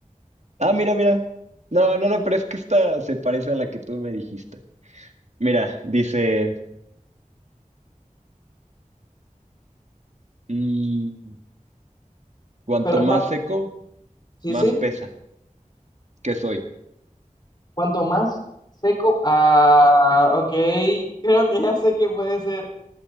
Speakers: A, on the right; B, on the left.
A: ah, mira, mira. No, no, no, pero es que esta se parece a la que tú me dijiste. Mira, dice, mm, cuanto
B: pero
A: más
B: es
A: seco,
B: así,
A: más
B: sí, sí.
A: pesa. ¿Qué soy?
B: Cuanto más seco, ah, ok, creo que ya sé qué puede ser.